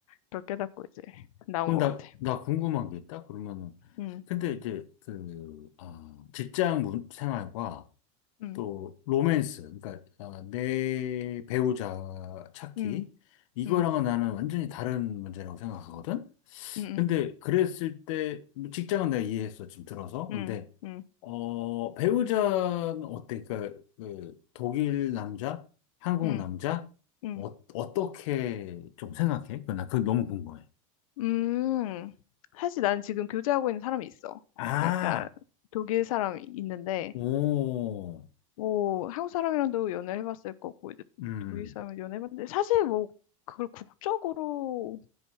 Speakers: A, on the left; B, on the left.
A: 그걸 깨닫고 이제 나온
B: 그럼
A: 것
B: 나,
A: 같아.
B: 나 궁금한 게 있다? 그러면은,
A: 음,
B: 근데 이제 그, 아, 직장 문, 생활과
A: 음,
B: 또 로맨스, 그러니까 아, 내 배우자 찾기,
A: 음,
B: 이거랑은
A: 음,
B: 나는 완전히 다른 문제라고 생각하거든?
A: 음, 음.
B: 근데 그랬을 때, 뭐 직장은 내가 이해했어, 지금 들어서. 근데,
A: 응, 응,
B: 어, 배우자는 어때? 그러니까, 그, 독일 남자? 한국
A: 응,
B: 남자?
A: 응.
B: 어, 어떻게 좀 생각해? 그, 나 그거 너무 궁금해.
A: 음, 사실 난 지금 교제하고 있는 사람이 있어.
B: 아,
A: 약간 독일 사람이 있는데,
B: 오,
A: 뭐, 한국 사람이랑도 연애를 해봤을 거고, 이제
B: 음,
A: 독일 사람이 연애해봤는데, 사실 뭐, 그걸 국적으로,